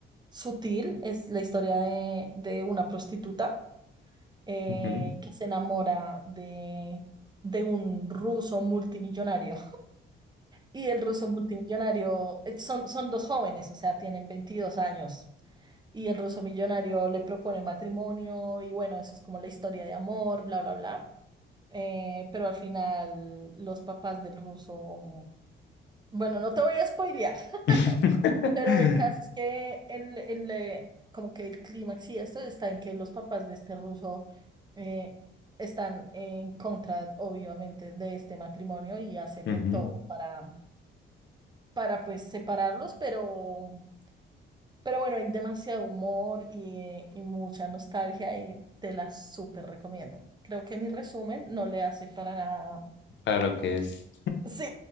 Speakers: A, on the right; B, on the left.
A: sutil, es la historia de, de una prostituta eh,
B: Ujú.
A: que se enamora de, de un ruso multimillonario. Y el ruso multimillonario, eh, son, son dos jóvenes, o sea, tienen 22 años. Y el ruso millonario le propone matrimonio y bueno, eso es como la historia de amor, bla, bla, bla. eh, pero al final los papás del ruso, bueno, no te voy a spoilear, <laughs>
B: <laughs>
A: pero el caso es que el, el, eh, como que el clímax y esto está en que los papás de este ruso eh, están en contra, obviamente, de este matrimonio y hacen
B: Ujú,
A: de todo para, para pues separarlos, pero, pero bueno, hay demasiado humor y, eh, y mucha nostalgia y te la súper recomiendo. Creo que mi resumen no le hace para nada
B: Para lo que es.
A: Sí,